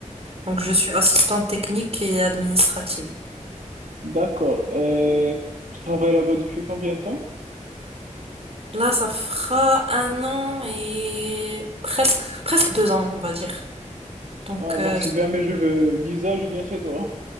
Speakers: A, on the right; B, on the right.
A: Donc, je suis assistante technique et administrative.
B: D'accord. Et tu travailles là-bas depuis combien de temps?
A: Là, ça fera un an et presque, presque deux ans, on va dire. Donc,
B: Ah, donc
A: euh,
B: si
A: je travaille
B: jamais je
A: là.
B: veux visa, je viens chez toi.